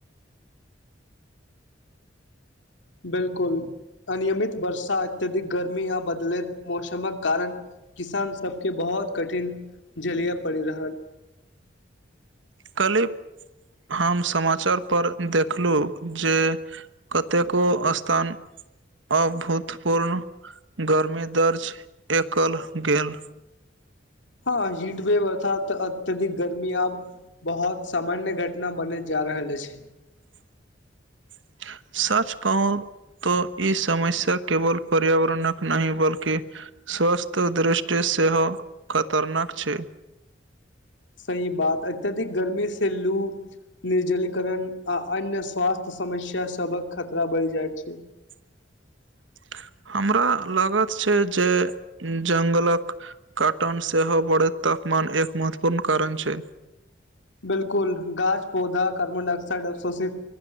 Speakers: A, on the left; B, on the right.
A: बिलकुल अनियमित वर्षा अत्यधिक गर्मी या बदलैत मौसमक कारण किसान सबके बहुत कठिन झलिया पड़ी रहल
B: कली हम समाचारपर देखलहुँ जे कतेको स्थान अभूतपूर्ण गर्मी दर्ज एकल गेल
A: हँ हीट वेव अर्थात अत्यधिक गर्मी अब बहुत सामान्य घटना बने जा आ रहल अछि
B: <unintelligible> सच कहँ त ई समस्या केवल पर्यावरणक नहि बल्कि स्वास्थ्य दृष्टिसँ सेहो खतरनाक छै
A: सही बात अत्यधिक गर्मी से लू निर्जलीकरण आ अन्य स्वास्थ्य समस्या सबक खतरा बढ़ जाइत छै
B: <unintelligible> हमरा लागत छै जे जंगलक काटन सेहो बढ़ैत तापमान एक महत्वपूर्ण कारण छै
A: बिलकुल गाछ पौधा कार्बन डाइऑक्साइड अवशोषित